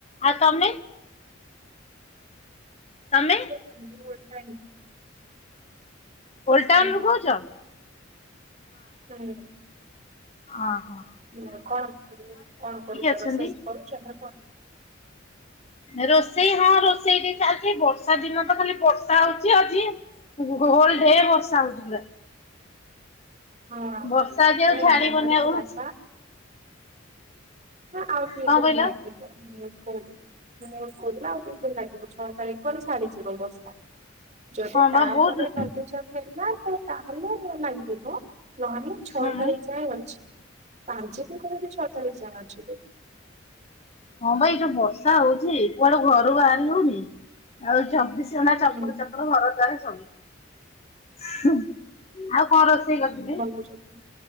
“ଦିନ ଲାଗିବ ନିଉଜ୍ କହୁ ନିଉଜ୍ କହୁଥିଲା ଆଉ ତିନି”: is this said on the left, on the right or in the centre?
Right